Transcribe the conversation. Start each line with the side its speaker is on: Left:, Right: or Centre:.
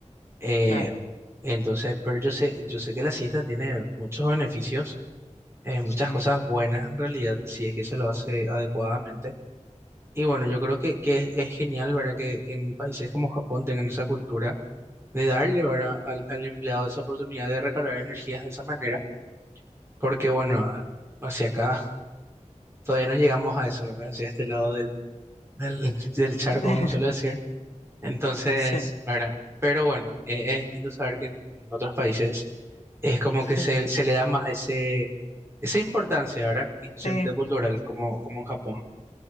Right: Eh,
Left: claro.
Right: entonces, pero yo sé, yo sé que la siesta tiene muchos beneficios eh, muchas
Left: Sí,
Right: cosas buenas en realidad, si es que se lo hace adecuadamente. Y bueno, yo creo que, que es, es genial, ¿verdad? Que, que en países como Japón tengan esa cultura de darle, ¿verdad? Al, al empleado esa oportunidad de recargar energías de esa manera, porque bueno, hacia acá todavía no llegamos a eso, ¿verdad? Hacia este lado del, del, <laughs> del charco,
Left: <laughs>
Right: como suelo decir. Entonces,
Left: sí,
Right: ahora, pero bueno, eh, es lindo saber que en en otros países es como
Left: sí,
Right: que se, se le da más ese, esa importancia, ¿verdad? Y especialmente
Left: sí,
Right: cultural, como, como en Japón.